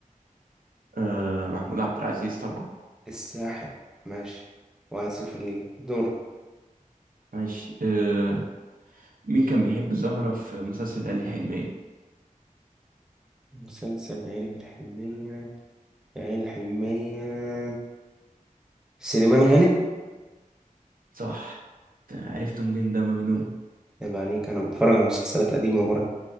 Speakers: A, on the right; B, in the centre.
A: آه محمود عبد العزيز طبعا
B: الساحر ماشي واحد صفر ليه دور
A: ماشي آه مين كان بيحب زهرة في مسلسل ليالي الحلمية
B: مسلسل ليالي في الحلمية ليالي الحلمية سليمان غانم
A: صح ت- عرفته منين ده مجنون
B: عيب عليك أنا بتفرج على مسلسلات قديمة برضه